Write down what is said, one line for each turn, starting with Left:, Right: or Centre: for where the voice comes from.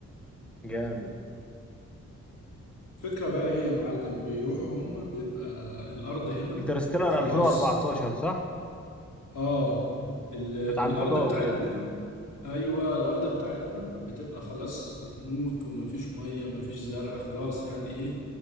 Centre: جامد
Left: الفكرة بقى ايه يا معلم بيروحوا هم بيبقى الارض هنا
Centre: انترستيلر
Left: خلاص
Centre: 2014 صح
Left: اه ال... الارض
Centre: بتاع الفضاء
Left: بتاعتنا
Centre: وكده
Left: ايوه الارض بتاعتنا بتبقى خلاص بتموت ومفيش ميه مفيش زرع خلاص يعني ايه